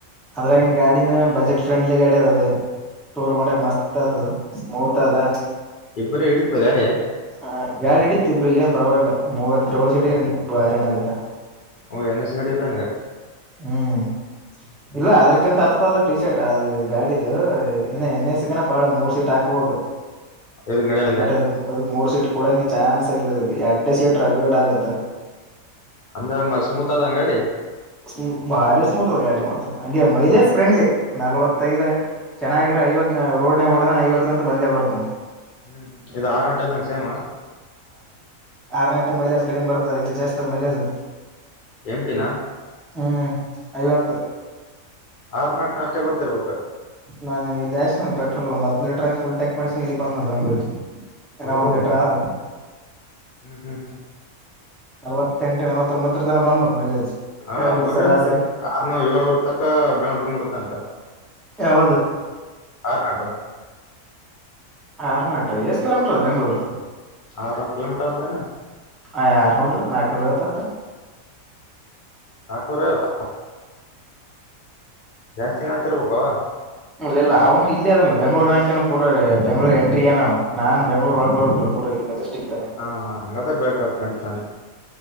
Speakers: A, in the centre; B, on the left.
A: ಅದ್ರಾಗಿನ್ ಗಾಡಿನ ಬಜೆಟ್ ಫ್ರೆಂಡ್ಲಿ ಗಾಡಿ ಅದ ಟೂರ್ ಮಾಡಕ್ ಮಸ್ತ್ ಆಗ್ತದ. ಮೌತ ಅದಾ
B: ಇಬ್ಬರಿ ಹಿಡಿತದ ಗಾಡಿ
A: ಹ ಯಾಡ್ ಹಿಡತ್ ಇಬ್ರಿಗೆ ಏನ್ ಪರವಾಗಿಲ್ಲ, ಮೂವರ ತ್ರಿಬಲ ಸೀಟ್ಗೆ ಹಿಡಿತ್ ಹೈರಾಣ್ ಆಗುತ್ತಾ. -
B: ಅವುಎನ್, ಎಸ್ ಗಾಡಿ ಇದ್ದಂಗ.
A: ಹ್ಮ್, ಇಲ್ಲ ಅದ್ರಕಿಂತ ಹತದ ಟಿ ಶರ್ಟ್ ಅದು ಗಾಡಿದು ಇನ್ನ ಎನ ಎಸಕಿನ ಪಾಡ ಮೂರ್ ಸೀಟಿಂದ. ಹಾಕಬಹುದು.
B: ಇದಕ್ ನಡೆಯಲಿಂಗ
A: ಬಟ್ ಅದಕ- ಅದಕ ಮೂರು ಸೀಟ್ -ಕೂಡಂಗ ಚಾನ್ಸ ಇಲ್ಲದ ಎಡ್ಡೆ ಸೀಟ್ ರಗಡ ಆಗತ್ತೆ.
B: ಅಂದ್ರ ಮ ಸ್ಮೂತ್ ಆದಏನ ಗಾಡಿ.
A: ಹ್ಮು, ಭಾರಿ ಸ್ಮೂತ್ ಆದ ಗಾಡಿ ಮಾತ್ರ ಹಂಗೆ ಮೈಲೇಜ್ ಫ್ರೆಂಡ್ಲಿ ನಲ್ವತ್ತೈದು ಚೆನ್ನಾಗಿರ ಐವತ್ತು- ರೋಡ್ನಗ ಹೊಡದ್ರ ಐವತ್ತು ಅಂತ ಬಂದೇ ಬರ್ತ.
B: ಹ್ಮ್, ಇದು ಆರುನಾಟಿಂಗ ಸೇಮ-
A: ಆರ್ನಾಟು ಮೈಲೇಜ್ ಕಡಿಮೆ ಬರ್ದತ ಇದು ಜಾಸ್ತಿ ಆದ ಮೈಲೇಜ್.
B: ಎಮ್ಟಿನಾ-
A: ಹ್ಮ್, ಐವತ್ತು-
B: ಆರ್ನಟ್ ಅಷ್ಟೇ ಬರ್ತಿರಬೇಕು.
A: ನಾನು ಇಲ್ಲಿಯಸ್ಸನಲ್ ಪೆಟ್ರೋಲ್, ಒಂದು ಹತ್ತು ಲೀಟರ್ ಫುಲ್ ಟ್ಯಾಂಕ್ ಮಾಡಿಸಿನಿ ಇಲ್ಲಿಗಿ ಬಂದ ನೋಡ್ ಬೆಂಗಳೂರಿಗೆ. ಇನ
B: ಅವು
A: ಒಂದ್ ಲೀಟರ ಆದ
B: ಹ್ಮ್ ಹ್ಮ್ ಹ್ಮ್
A: ನಲ್ವತ್ತೆಂಟು ನಲವತ್ತರೋಬತ್ತರ ತನ ಬಂತನೋಡು ಮೈಲೇಜ್
B: ಹಾ
A: ಎವರೇಜ್
B: ಬರ
A: ಸರಾಸರಿ
B: ಆರನೂರು ಏಳನೂರ್ ತಕ ಬೆಂಗಳೂರ್ ಮುಟತ ಅಂತ
A: ಯಾವದು
B: ಕರ್ನಾಟ
A: ಆರನಾಟ ಎಷ್ಟು ಕಿಲೋಮೀಟರ್ ಅದು ಬೆಂಗ್ಳೂರು
B: ಆರನೂರ ಕಿಲೋಮೀಟರ್ ಆತಾದಏನ
A: ಆಯ್ ಆರನೂರಲ್ಲ ನಾಕನೂರ ಐವತ್ತ ಆತದ
B: ನಕನೂರ ಐವತ್ತ ಜಾಸ್ತಿನೆ ಆತಿರ್ಬೇಕ ಓ
A: ಇಲ್ಲ ಇಲ್ಲ ಅವನು ಇಲ್ಲಿ ಅದಲ್ಲ ಬೆಂಗಳೂರ್ನಕಏನ ಪೂರ ಬೆಂಗಳೂರ ಎಂಟ್ರ ಏನ ನನ್ ಬೆಂಗಳೂರು ಒಳಗ್ ಬರಬೇಕಕ್ಲ್ಲ ಪೂರ ಇಲ್ಲಿ ಮೆಸ್ಟಿಕ್
B: ಹಾ ಹಾ ಹಂಗಾದ್ರ ಬೇಕಆತ ನಡತನೆ